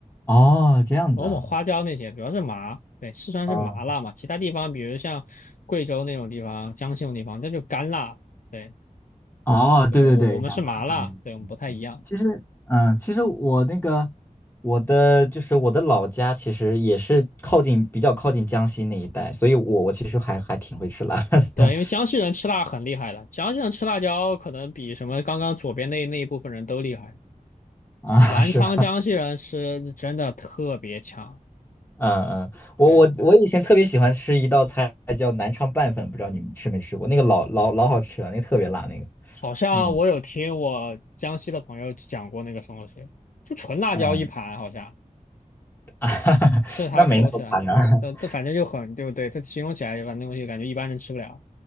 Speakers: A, on the left; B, on the left.
A: 哦这样子啊，
B: 我们花椒那些主要是麻，对，四川是麻辣嘛，
A: 嗯
B: 其他地方比如像贵州那种地方、江西那种地方，那就干辣，对，
A: 哦对对对，
B: 对，我我们是麻辣，
A: 干嘛？嗯。
B: 对，我们不太一样。
A: 其实，嗯，其实我那个我的就是我的老家，其实也是靠近比较靠近江西那一带，所以我我其实还还挺会吃辣的
B: 对，
A: <laughs>
B: 因为江西人吃辣很厉害的，江西人吃辣椒可能比什么刚刚左边那那一部分人都厉害。
A: 啊，
B: 南昌江西人是真的特别强，
A: 是吧？<laughs> 嗯嗯，我我我以前特别喜欢吃一道菜叫南昌拌粉，
B: 对，
A: 不知道你们吃没吃过？那个老老老好吃了，那个特别辣那个。
B: 好像我有听我江西的朋友讲过那个什么东西，
A: 嗯
B: 就纯辣椒一盘，
A: 嗯，
B: 好像
A: <laughs>
B: 这是他说起来，
A: 那没那么夸张。<laughs>
B: 但但反正就很，对不对？他形容起来就反正东西感觉一般人吃不了。